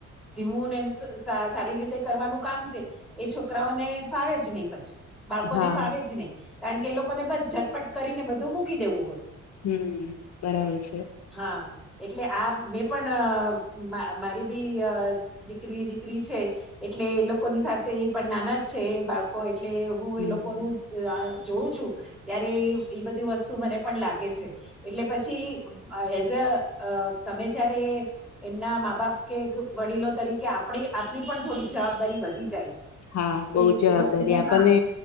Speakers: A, in the centre; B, on the left.
A: ધીવું ને સ સારી રીતે કરવાનું કામ છે, એ છોકરાઓને ફાવે જ નહી પછ બાળકોને
B: હા
A: ફાવે જ નહી. કારણ કે એ લોકોને બસ ઝટપટ કરીને બધું મૂકી દેવું હોય.
B: હમ્મ બરાબર છે.
A: હા એટલે આ મેં પણ મારી બી દીકરી દીકરી છે, એટલે એ લોકોની સાથે એ પણ નાના જ છે, એ બાળકો એટલે હું
B: હમ
A: એ લોકોનું લા જોઉં છું ત્યારે એ બધી વસ્તુ મને પણ લાગે છે, એટલે પછી એઝ અ તમે જ્યારે એમના માં બાપ કે વડીલો તરીકે આપડી આપડી પણ થોડીક જવાબદારી વધી જાય છે.
B: હા બો
A: એ-
B: જવાબદારી
A: એ લોકોને
B: આપણને
A: હા